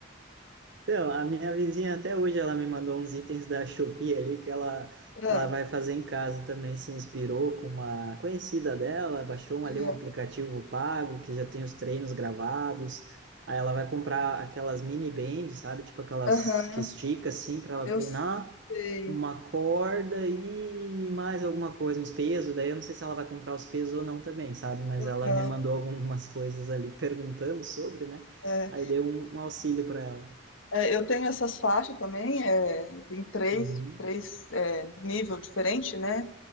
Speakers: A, on the right; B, on the left.
A: Então, a minha vizinha até hoje ela me mandou uns itens da Shopee ali que ela,
B: Ah,
A: ela vai fazer em casa também, se inspirou com uma conhecida dela, baixou um,
B: aham,
A: ali um aplicativo pago que já tem os treinos gravados. Aí ela vai comprar aquelas mini bands, sabe? Tipo aquelas
B: aham,
A: que estica assim para ela
B: eu
A: treinar.
B: sei.
A: uma corda e mais alguma coisa, uns pesos. Daí eu não sei se ela vai comprar os pesos ou não também, sabe? Mas
B: Aham,
A: ela me mandou algumas <laughs> coisas ali perguntando sobre, né?
B: é.
A: Aí dei um, um auxílio para ela.
B: É, eu tenho essas faixas também, é, tem três,
A: Uhum.
B: três é, nível diferente, né?